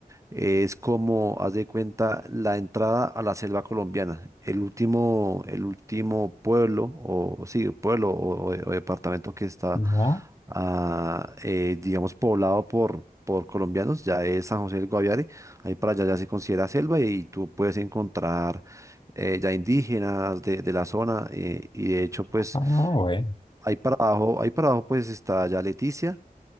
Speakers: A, on the right; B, on the left.
A: es como, haz de cuenta, la entrada a la selva colombiana. El último, el último pueblo, o sí, pueblo o, o- o departamento que está,
B: ya,
A: ah, eh, digamos, poblado por, por colombianos, ya es San José del Guaviare. Ahí para allá ya se considera selva y tú puedes encontrar eh, ya indígenas de, de la zona. eh, y de hecho, pues,
B: ah, bueno,
A: ahí para abajo, ahí para abajo, pues está ya Leticia.